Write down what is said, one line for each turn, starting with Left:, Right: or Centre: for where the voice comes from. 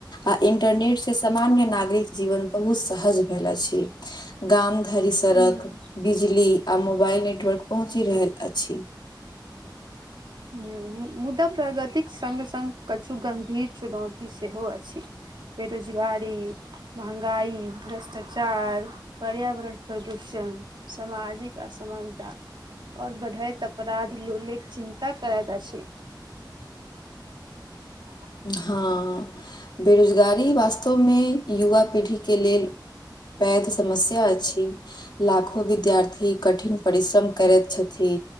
Left: आ इंटरनेट से सब गाम में नागरिक जीवन बहुत सहज भेल अछि गाम धरी सड़क
Right: हूँ
Left: बिजली आ मोबाइल नेटवर्क पहुँच रहल अछि
Right: हू मुदा प्रगतिक संग संग किछु गम्भीर चुनौती सेहो अछि बेरोजीबारी महगाइ भ्रष्टाचार पर्यावरण प्रदूषण सामाजिक असमानता और बढ़ैत अपराध लोले चिन्तक करैत छै <inaudible>
Left: हँ बेरोजगारी वास्तवमें युवा पीढ़ीके लेल पैद समस्या अछि लाखो विद्यार्थी कठिन परिश्रम करैत छथि